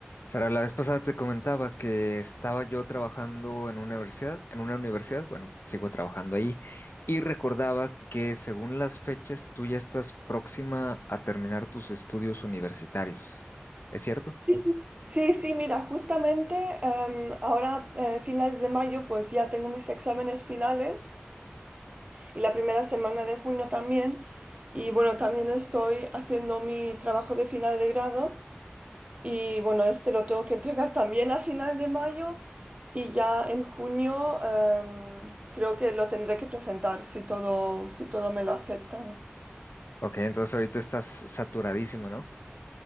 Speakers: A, on the left (about 60°); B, on the right (about 30°).
A: Sara, la vez pasada te comentaba que estaba yo trabajando en una universidad, en una universidad, bueno, sigo trabajando ahí, y recordaba que según las fechas tú ya estás próxima a terminar tus estudios universitarios. ¿Es cierto?
B: Sí, sí, sí, mira, justamente em, ahora eh, finales de mayo pues ya tengo mis exámenes finales y la primera semana de junio también y bueno, también estoy haciendo mi trabajo de final de grado y bueno, este lo tengo que entregar también a final de mayo y ya en junio em, creo que lo tendré que presentar si todo, si todo me lo aceptan.
A: Ok, entonces ahorita estás saturadísimo, ¿no?